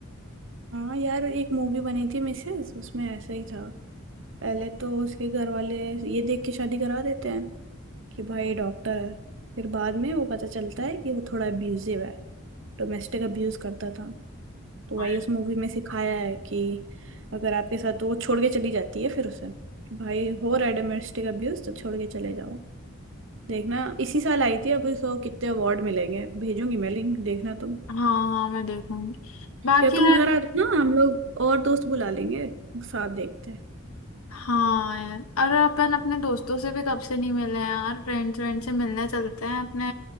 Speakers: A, on the right; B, on the left.
A: हाँ यार एक मूवी बनी थी मिसेस उसमें ऐसा ही था पहले तो उसके घर वाले ये देख के शादी करा देते हैं कि भाई डॉक्टर है फिर बाद में वो पता चलता है कि वो थोड़ा अब्यूजिव है डोमेस्टिक अब्यूज करता था तो
B: हाँ
A: वही उस मूवी में सिखाया है कि अगर आपके साथ तो वो छोड़ के चली जाती है फिर उसे कि भाई हो रहा है डोमेस्टिक अब्यूज तो छोड़ के चले जाओ देखना इसी साल आई थी अब इसको कितने अवार्ड मिलेंगे भेजूंगी मैं लिंक देखना तुम
B: हाँ मैं देखूंगी बाकी
A: या तुम घर आ जाना हम लोग और दोस्त बुला लेंगे साथ देखते हैं
B: हाँ यार अरे अपन अपने दोस्तों से भी कब से नहीं मिले हैं यार फ्रेंड्स फ्रेंड से मिलने चलते हैं अपने